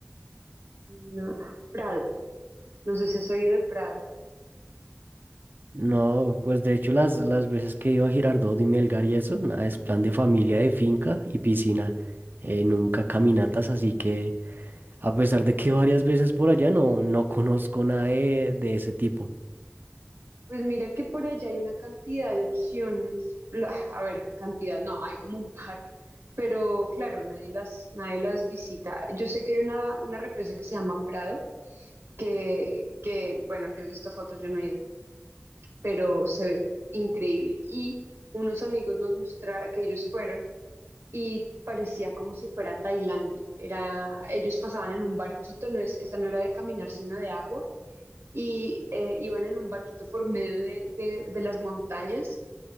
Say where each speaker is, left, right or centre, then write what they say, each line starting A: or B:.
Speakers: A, on the right (about 75°); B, on the right (about 50°).
A: una, Prado, no sé si has oído de Prado.
B: No, pues de hecho las, las veces que he ido a Girardot y Melgar y eso, nada, es plan de familia, de finca y piscina. Eh, nunca caminatas, así que... A pesar de que varias veces por allá no, no conozco nada de, de ese tipo.
A: Pues mira que por allá hay una cantidad de opciones. Lo- A ver, cantidad no, hay como un par, pero claro, nadie las, nadie las visita. Yo sé que hay una, una represa que se llama Prado, que, que, bueno, yo he visto fotos, yo no he ido, pero se ve increíble. Y unos amigos nos mostraron que ellos fueron y parecía como si fuera Tailandia. Era, ellos pasaban en un barquito, no es, esta no era de caminar, sino de agua y eh, iban en un barquito por medio de, de- de las montañas.